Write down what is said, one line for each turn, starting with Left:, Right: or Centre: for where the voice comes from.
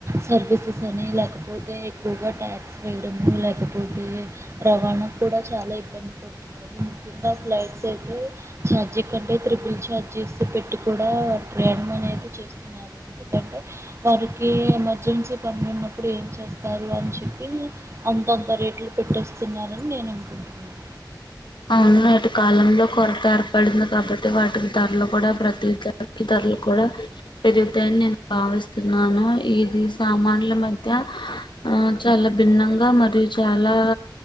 Right: సర్వీసెస్ అని లేకపోతే ఎక్కువగా ట్యాక్స్ వేయడము లేకపోతే రవాణా కూడా చాలా ఇబ్బంది పడుతున్నారు ముఖ్యంగా ఫ్లైట్స్ అయితే ఛార్జీ కంటే త్రిబుల్ ఛార్జెస్ పెట్టి కూడా ప్రయాణం అనేది చేస్తున్నారు ఎందుకంటే వారికి ఎమర్జెన్సీ పనులు ఉన్నప్పుడు ఏం చేస్తారు అని చెప్పి అంతంత రేట్లు పెట్టేస్తున్నారని నేను అనుకుంటున్నాను
Left: అవును నేటి కాలంలో కొరత ఏర్పడింది కాబట్టి వాటికి ధరలు కూడా ప్రతిదానికి ధరలు కూడా పెరుగుతాయని నేను భావిస్తున్నాను ఇది సామాన్యుల మధ్య ధ్య ఆ చాలా భిన్నంగా మరియు చాలా